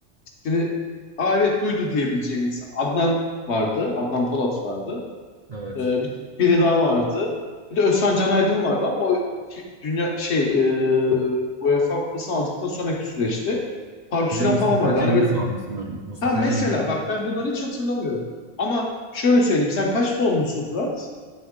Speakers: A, on the left; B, on the right.
A: ismini Aa evet buydu diyebileceğim insan. Adnan vardı. Adnan Polat vardı.
B: Evet.
A: Ee, bir- biri daha vardı. Bir de Özcan Can Aydın vardı ama o iki- dünya şey e, UEFA Kupası'nı aldıktan sonraki süreçte Faruk Süren
B: Bir de Mustafa
A: falan vardı.
B: Cengiz
A: Hani böyle
B: vardı sanırım. Mustafa
A: ha mesela
B: Cengiz.
A: bak ben bunları hiç hatırlamıyorum. Ama şöyle söyleyeyim sen kaç doğumlusun Fırat?